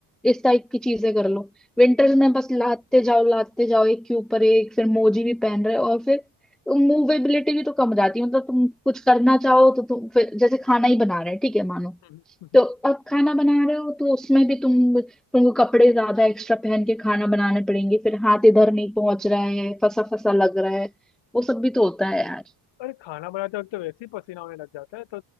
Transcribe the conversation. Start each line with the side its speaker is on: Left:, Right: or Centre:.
Centre: इस टाइप की चीजें कर लो विंटर्स में बस लादते जाओ लादते जाओ एक के ऊपर एक फिर मोजी भी पहन रहे हो और फिर मूवेबिलिटी भी तो कम हो जाती है मतलब तुम कुछ करना चाहो तो तुम फिर जैसे खाना ही बना रहे हैं ठीक है मानो
Left: हम्म, हम्म।
Centre: तो अब खाना बना रहे हो तो उसमें भी तुम तुमको कपड़े ज्यादा एक्स्ट्रा पहन के खाना बनाने पड़ेंगे फिर हाथ इधर नहीं पहुंच रहा है फंसा फंसा लग रहा है वो सब भी तो होता है यार
Left: अरे खाना बनाते वक्त तो वैसे ही पसीना होने लग जाता है तो